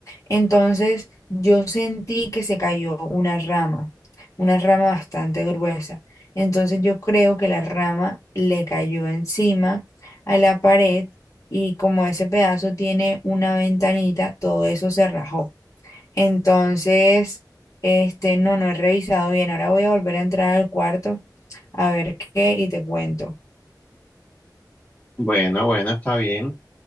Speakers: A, on the left; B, on the left.
A: Entonces yo sentí que se cayó una rama, una rama bastante gruesa. Entonces yo creo que la rama le cayó encima a la pared y como ese pedazo tiene una ventanita, todo eso se rajó. Entonces, este, no, no he revisado bien. Ahora voy a volver a entrar al cuarto a ver qué y te cuento.
B: Bueno, bueno, está bien.